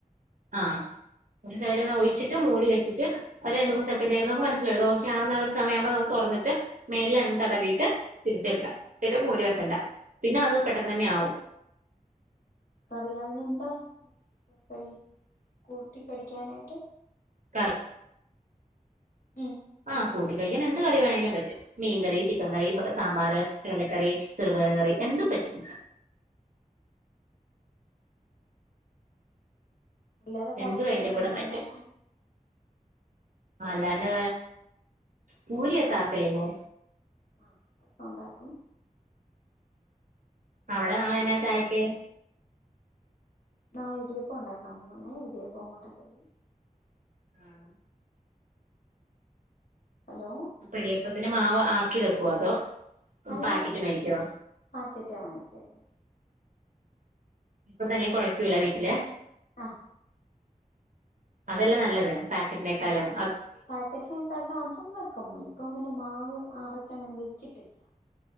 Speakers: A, on the right; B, on the left.
A: ആ ഒരു സൈഡ്ന്ന് ഒഴിച്ചിട്ട് മൂടി വെച്ചിട്ട് ഒര് രണ്ടുമൂന്ന് സെക്കൻഡ് കഴിയുമ്പോ നമുക്ക് മനസ്സിലാവും ദോശയാവുന്ന ആ ഒരു സമയമാകുമ്പോ അത് തൊന്നിട്ട് ട്ട് മേളില്
B: ആഹ്
A: എണ്ണ തടവീയിട്ട്
B: മനസ്സിലായി
A: തിരിച്ചിടണ്ടാ
B: ഉം ഉം
A: പിന്നെ മൂടി വെക്കണ്ട പിന്നെ അത് പെട്ടെന്ന് തന്നെ ആവും
B: കറിയാവിനെന്താ കഴി കൂട്ടി കഴിക്കാനായിട്ട്
A: കറി
B: ഉം
A: ആ കൂട്ടി കഴിക്കാൻ എന്ത് കറി വേണേലും പറ്റും മീൻ കറി, ചിക്കൻ കറി, സാമ്പാറ്, കടലക്കറി, ചെറുപയറ് കറി എന്തും പറ്റും
B: അല്ലാതെ കാപ്പിക്ക്
A: എന്തും അതിന്റെ
B: വേറെ
A: കൂടെ
B: എന്നാ
A: പറ്റും
B: ഒണ്ടാക്കും
A: അല്ലാണ്ട് പൂരി ഒക്കെ ആക്കിലില്ലോ?
B: ആ <unintelligible> ഒണ്ടാക്കും
A: അവടെ നാളെയെന്നാ ചായക്ക്
B: നാളെ ഇടിയപ്പം ഉണ്ടാക്കാൻ പോവാണേ ഇടിയപ്പോം മുട്ടക്കറിയും
A: ആഹ
B: ഹലോ
A: അപ്പം ഇടിയപ്പം പിന്നെ മാവ് ആക്കി വെക്കോ അതോ?
B: അല്ല
A: പാക്കറ്റ് മേടിക്കോ
B: പാക്കറ്റ് വേങ്ങിച്ചേക്ക
A: ഇപ്പ തന്നെ കുഴയ്ക്കൂല വീട്ടില്
B: ആഹ്
A: അതെല്ലേ നല്ലത് പാക്കറ്റിനേക്കാലും
B: പാക്കറ്റിനകത്ത് അതും വക്കും ഇപ്പം പിന്നെ മാവ് അര അങ്ങനെ വെച്ചിട്ടില്ല